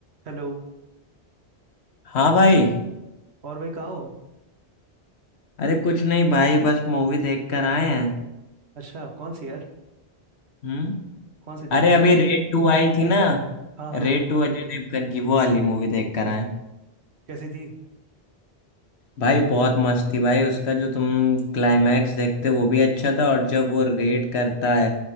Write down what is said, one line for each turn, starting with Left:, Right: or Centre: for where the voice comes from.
Right: Hello
Left: हाँ भाई
Right: और भाई कहाँ हो
Left: अरे कुछ नहीं भाई बस मूवी देख कर आए हैं
Right: अच्छा कौन सी यार
Left: हम्म
Right: कौन सी देखने
Left: अरे
Right: गए
Left: अभी
Right: थे
Left: रेड टू आई थी ना
Right: हाँ हाँ
Left: रेड
Right: हाँ,
Left: टू अजय देवगन की वो वाली मूवी देख कर आए
Right: कैसी थी
Left: भाई बहुत मस्त थी भाई उसका जो तुम क्लाइमैक्स देखते वो भी अच्छा था और जब वो रेड करता है